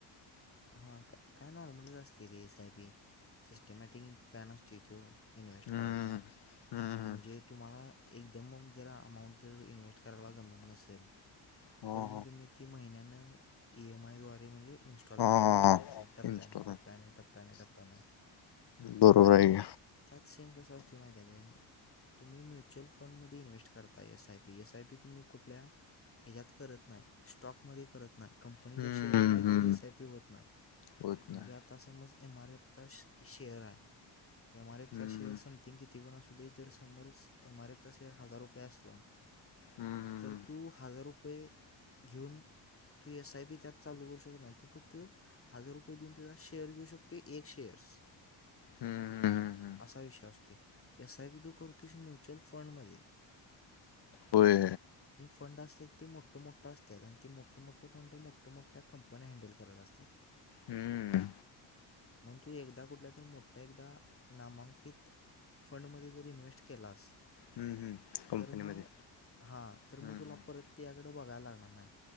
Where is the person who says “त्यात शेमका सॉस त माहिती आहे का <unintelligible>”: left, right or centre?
Left